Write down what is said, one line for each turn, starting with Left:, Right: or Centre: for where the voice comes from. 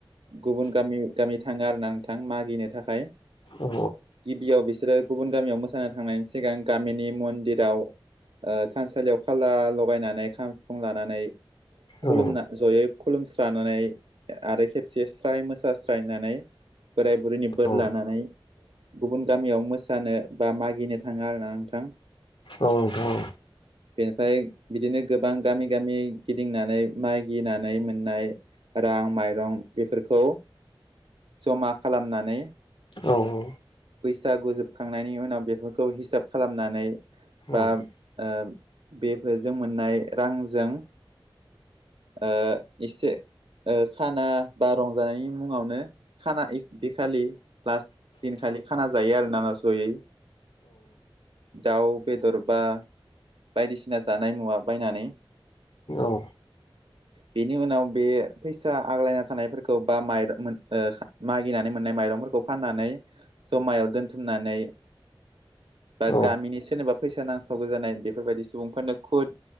Right: गुबुन गामि गामि थाङो आरो ना नोंथां मागिनो थाखाय।
Left: औ
Right: गिबियाव बिसोरो गुबुन गामियाव मोसानो थांनायनि सिगां गामिनि मन्दिराव थानसालियाव खाला लगायनानै खाम सिफुं लानानै खुलुमना
Left: औ
Right: जयै खुलुमस्रानानै आरो खेबसे स्राय मोसा स्रायनानै बोराय बुरैनि बोर
Left: औ
Right: लानानै गुबुन गामियाव मोसानो बा मागिनो थाङा आरोना नोंथां।
Left: औ नोंथां औ
Right: बेनिफ्राय बिदिनो गोबां गामि गामि गिदिंनानै मागिनानै मोननाय रां माइरं बेफोरखौ जमा खालामनानै
Left: औ औ
Right: बैसागु जोबखांनायनि उनाव बेफोरखौ हिसाब खालामनानै
Left: औ
Right: बा ओ बेफोरजों मोननाय रांजों ओ इसे ओ खाना बा रंजानायनि मुङावनो खाना इ बे खालि प्लास दिनखालि खाना जायो आरोना ना जयै। दाउ बेदर बा बायदिसिना जानाय मुवा बायनानै
Left: औ
Right: बेनि उनाव बे फैसा आग्लायना थानायफोरखौ बा माइरं मोन ओ <unintelligible> मागिनानै मोननाय माइरंफोरखौ फाननानै जमायाव दोनथुमनानै बा गामिनि
Left: औ नोंथां औ
Right: सोरनिबा फैसा नांथ'गो जानाय बेफोरबायदि सुबुंफोरनो खुद